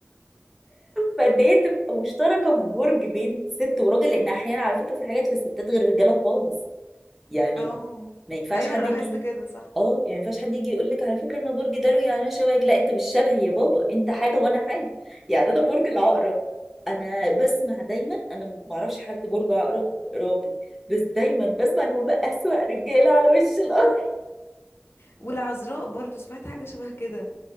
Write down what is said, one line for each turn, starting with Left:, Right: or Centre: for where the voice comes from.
Centre: فان هي تبقى مشتركه في برج بين ست وراجل لان احيانا على فكره في حاجات في الستات غير الرجاله خالص يعني
Left: او
Centre: ما ينفعش
Left: ايوه
Centre: حد
Left: انا لاحظت
Centre: يجي
Left: كده صح
Centre: اه يعني ما ينفعش حد يجي يقول لك على فكره انا برج دلو يعني انا شبهك لا انت مش شبه يا بابا انت حاجه وانا حاجه يعني انا برج
Left: مم.
Centre: العقرب انا بسمع دايما انا ما اعرفش حد برج عقرب راجل بس دايما بسمع ان هم اسوأ رجاله على وش الارض <laughs>
Left: والعذراء برضو سمعت حاجة شبه كده